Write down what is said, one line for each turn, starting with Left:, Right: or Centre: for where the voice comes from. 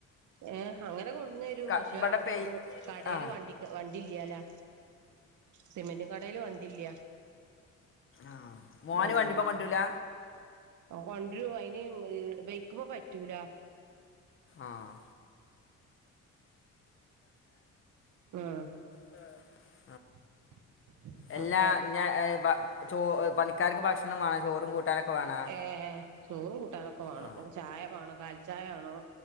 Right: ഏഹ് അങ്ങനെ കൊണ്ട് തരും
Left: ക-
Right: പക്ഷെ
Left: ഇവിടെ
Right: അവിടെ
Left: പെയ്
Right: കടേല്
Left: ആ
Right: വണ്ടി വണ്ടി ഇല്ലാലാ സിമെന്റും കടേല് വണ്ടില്ല
Left: ആഹ് മോന്
Right: അതന്നെ
Left: വണ്ടിമേ കൊണ്ട്രൂല്ല
Right: കൊണ്ടരും അതിന് ബെയ്ക്കുമേ പറ്റൂല
Left: ആഹ്
Right: ആഹ്
Left: ആഹ്
Right: <inaudible>
Left: അല്ലാ
Right: അപ്പൊ
Left: ഞാ ചോ പണിക്കാർക്ക് ഭക്ഷണംമാണോ ചോറും കൂട്ടാനൊക്കെ വേണം
Right: ഏഹ് ചോറും കൂട്ടാനൊക്കെ വാണം
Left: ആ
Right: ചായവാണം കാൽചായ വാണം